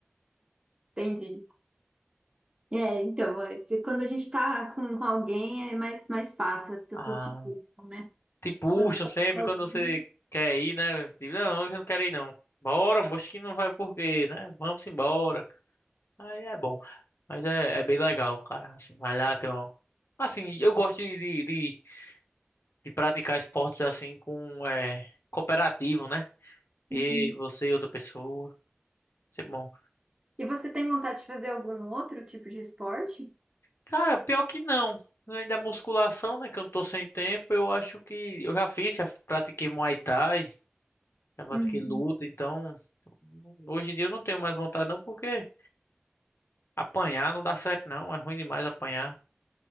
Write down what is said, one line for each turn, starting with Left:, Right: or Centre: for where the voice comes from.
Right: entendi. É, então, é, que quando a gente está com, com alguém é mais, mais fácil, as pessoas
Left: Ah,
Right: se puxam, né?
Left: te puxam
Right: Quando está
Left: sempre
Right: sozinho.
Left: quando você quer ir, né? Tipo, não, hoje eu não quero ir, não. Bora, moço que não vai por quê, né? Vamos embora. Aí é bom. Mas é, é bem legal, cara, assim, malhar, tem um... Assim, eu gosto de, de, de de praticar esportes assim com é, cooperativo, né? E
Right: Uhum.
Left: você e outra pessoa. Isso é bom.
Right: E você tem vontade de fazer algum outro tipo de esporte?
Left: Cara, pior que não. Além da musculação, né? Que eu não tô sem tempo, eu acho que eu já fiz, já pratiquei Muay Thai, já pratiquei
Right: Uhum.
Left: luta, então hoje em dia eu não tenho mais vontade não, porque apanhar não dá certo não, é ruim demais apanhar.